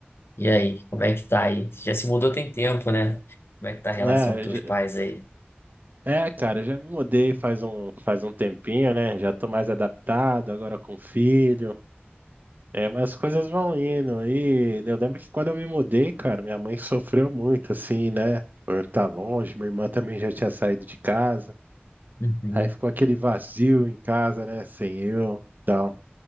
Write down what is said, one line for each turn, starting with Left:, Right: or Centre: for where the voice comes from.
Left: E aí, como é que tá aí? Você Já se mudou tem tempo, né? Como é que tá a relação
Right: é,
Left: com teus
Right: já-
Left: pais aí?
Right: é, cara, já me mudei faz um, faz um tempinho, né? Já tô mais adaptado agora com filho. É, mas as coisas vão indo. E eu lembro que quando eu me mudei, cara, minha mãe sofreu muito, assim, né? Por estar longe, minha irmã também já tinha saído de casa.
Left: Uhum.
Right: Aí ficou aquele vazio em casa, né? Sem eu, tal.